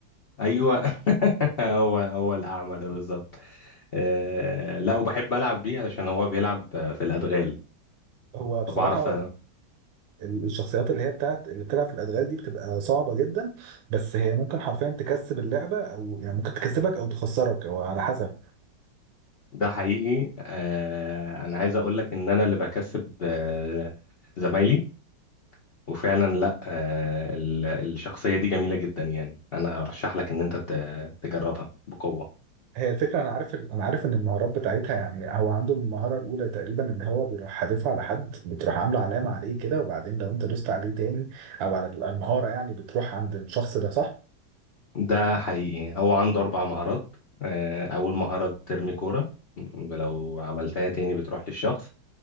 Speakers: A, on the left; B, on the right.
A: وايوه <laughs> هو هو الاعمى ده بالظبط أه لا وبحب العب بيه علشان هو بيلعب في الادغال
B: هو بصراحة
A: فبعرف
B: الشخصيات اللي هي بتاعت اللي بتلعب في الادغال دي بتبقى صعبه جدا بس هي ممكن حرفيا تكسب اللعبه او يعني ممكن تكسبك او تخسرك او على حسب
A: ده حقيقي آه انا عايز اقول لك ان انا اللي بكسب آه زمايلي وفعلا لا آه ال- الشخصية دي جميلة جدا يعني انا ارشح لك ان انت ت- تجربها بقوة
B: هي الفكره انا عارف انا عارف ان المهارات بتاعتها يعني هو عنده المهاره الاولى تقريبا ان هو بيروح حادفها على حد بتروح عامله علامه عليه كده وبعدين لو انت دوست عليه تاني او على المهاره يعني بتروح عند الشخص ده صح؟
A: ده حقيقي هو عنده اربع مهارات آه اول مهارة بترمي كورة م- لو عملتها تاني بتروح للشخص